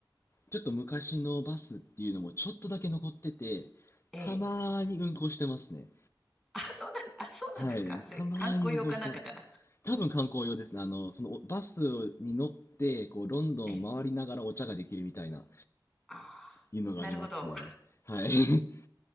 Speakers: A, on the left (about 35°); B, in the centre.
A: ちょっと昔のバスっていうのもちょっとだけ残ってて、
B: ええ。
A: たまーに運行してますね。
B: あ、そうなん、あ、そうなんですかそれ、
A: はい、たまーに運行してます。
B: 観光用かなんかかな。
A: 多分観光用ですね。あの、そのバスに乗って、こう、ロンドンを回りながらお茶ができるみたいな、
B: ええ。ああ、
A: いうのがありますね。
B: なるほど。
A: はい。